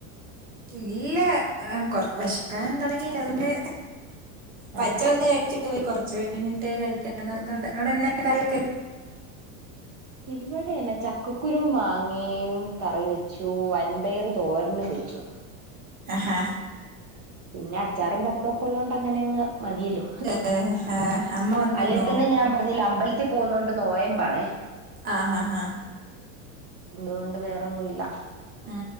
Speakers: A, on the right; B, on the right.
A: ഇല്ല കൊറ വെശക്കാനും തുടങ്ങീല്ല അതോണ്ട്. മച്ചവന്ന്
B: ആഹ്
A: കഴിച്ചിട്ട് പോയി കൊറച്ച് കഴിഞ്. ട്ട് കഴിക്കാൻ നിർത്തണ്ട് അവിടെന്ന കറിയൊക്കെ.
B: ഇവിടെന്നെ ചക്കക്കുരു മാങ്ങയും കറി വെച്ചു വൻപയർ തോരനും വെ. ച്ചു.
A: ഹഹ.
B: പിന്നെ അച്ചാറും പപ്പടൊക്കെള്ളോണ്ട് അങ്ങനെ അങ്ങ്. മതിയല്ലോ
A: ഏ, ആ, അമ്മ വന്നുണോ
B: അല്ലേ തന്നെ ഞാൻ പറഞ്ഞില്ല അമ്പല. ത്ത്പോകുന്നൊണ്ട് നോയമ്പാണേ.
A: ആഹ് ആഹ ആഹ.
B: അതുകൊണ്ട് വേറൊന്നുല്ല.
A: ആ